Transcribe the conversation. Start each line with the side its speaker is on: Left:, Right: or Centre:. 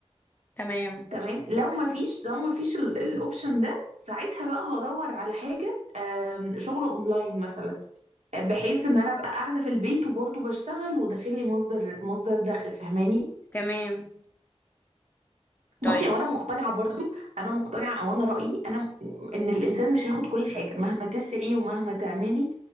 Left: تمام
Right: تمام لو ما فيش لو ما فيش الاوبشن ده ساعتها بقى هدور على حاجه آم، شغل اونلاين مثلا بحيث ان انا ابقى قاعده في البيت وبرضه بشتغل وداخل لي مصدر مصدر دخل فاهماني
Left: تمام طيب
Right: بصي هو انا مقتنعه برضه انا مقتنعه او انا رايي انا م- ان الانسان مش هياخد كل حاجه مهما تسعي ومهما تعملي